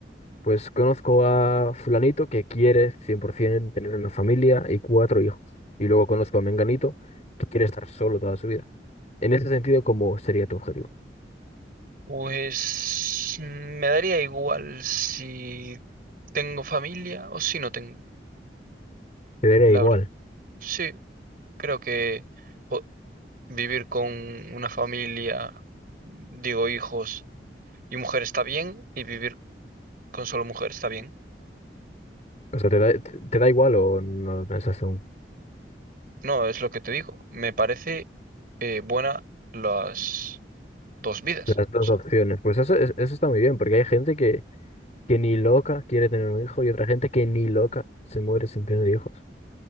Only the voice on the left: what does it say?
Pues conozco a fulanito que quiere 100% tener una familia y cuatro hijos. Y luego conozco a menganito que quiere estar solo toda su vida. En ese sentido, ¿cómo sería tu objetivo?
Te daría
igual.
O sea, ¿te da, te- te da igual o no lo pensas aún?
Las dos
opciones. Pues eso, es- eso está muy bien, porque hay gente que, que ni loca quiere tener un hijo y otra gente que ni loca se muere sin tener hijos.